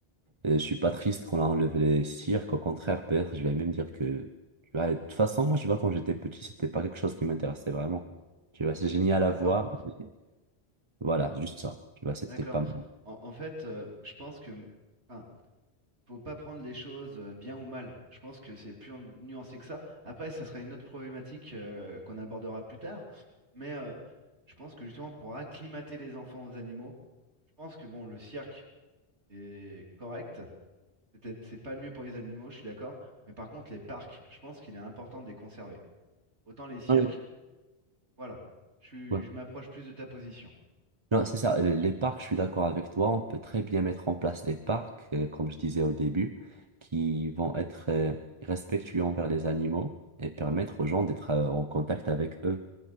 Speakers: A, on the right; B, on the right.
A: euh, je suis pas triste qu'on a enlevé les cirques, au contraire, peut-être, je vais même dire que, tu vois, de toute façon, moi, je vois, quand j'étais petit, c'était pas quelque chose qui m'intéressait vraiment. Tu vois, c'est génial à
B: d'accord,
A: voir, mais voilà, juste ça. Tu vois, c'était
B: d'accord.
A: pas mal.
B: En, en fait, euh, je pense que, enfin, faut pas prendre les choses euh, bien ou mal. Je pense que c'est plus nu- nuancé que ça. Après, ça sera une autre problématique euh, qu'on abordera plus tard. Mais euh, je pense que justement, pour acclimater les enfants aux animaux, je pense que bon, le cirque est correct. C'est peut-être- c'est pas le mieux pour les animaux, je suis d'accord. Mais par contre, les parcs, je pense qu'il est important de les conserver. Autant les cirques,
A: Ouais.
B: voilà. Je, suis-
A: Ouais.
B: je m'approche plus de ta position.
A: Non, c'est ça, les les parcs, je suis d'accord avec toi, on peut très bien mettre en place des parcs, euh, comme je disais au début, qui vont être euh, respectueux envers les animaux et permettre aux gens d'être euh, en contact avec eux.